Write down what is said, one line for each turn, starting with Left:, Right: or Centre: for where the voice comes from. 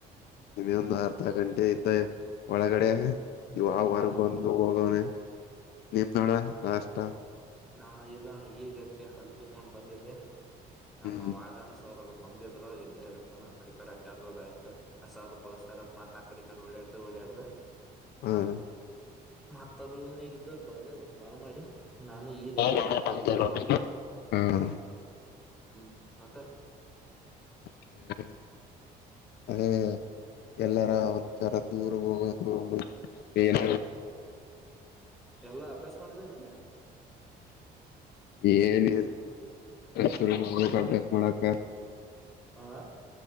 Left: ನಿಮ ಒಂದು ಅರ್ಧ ಗಂಟೆ ಐತ ಒಳಗಡೆ ಇವ ಆ ಹೊರ್ಗ
Centre: ಹ್ಮ್
Left: ಬಂದು ಹೋಗವನನೆ ನಿಂದಣ್ಣ ನಾಷ್ಟ
Centre: ನಾ ಇಲ್ಲಣ್ಣ ಈಗ ಎದ್ದೆ ಹಲ್ ತಿಕೊಂಡ್ ಬಂದಿದ್ದೆ ನಮ್ಮ
Left: ಹ್ಮ್
Centre: ವಾಡನ್ ಸರೋದು ನಂದಿದ್ರು ಇದ ಹೇಳ ಅ ಆಕಡಿ ಕಡೆ ಅಡ್ಡ್ ಅದ ಆ್ತ ಹಸದ್ ಬಳಸ್ತಾರತ್ ಆಕಡಿ ಕಡೆ ಓಡಾಡ್ದು ಓಡಾಡ್ದ
Left: ಹ್ಮ್
Centre: ಮತ್ತ ರೂಮ್ನಗ ಇದ್ದವರ್ ಬಳದಿರ್ಬಕ್ ಬಾಳ್ ಮಾಡಿ
Left: ಹ್ಮ
Centre: ನಾನು ಈಗ ಅದೇ ಬಂದೆ ರೂಮಿಗೆ ಹ್ಮ್ ಮತ್ತ
Left: ಸರಿ ಅದೇ ಎಲ್ಲರ ಒಂದ್ಸರ ದೂರ ಹೋಗ ಹ ಏನ
Centre: ಎಲ್ಲಾ ಅಭ್ಯಾಸ ಮಾಡಿದೇನಿಲ್ಲ
Left: ಏನ ಶುರು ಮಾಡಬೇಕೆ ವಳಕ
Centre: ಆ